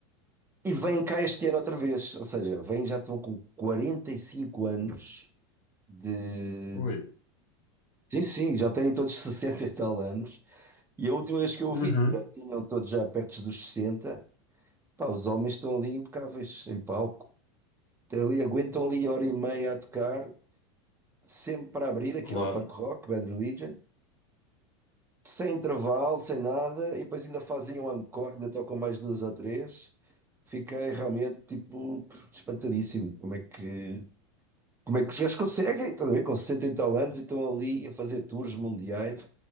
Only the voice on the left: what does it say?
Ui.
uhum,
Claro,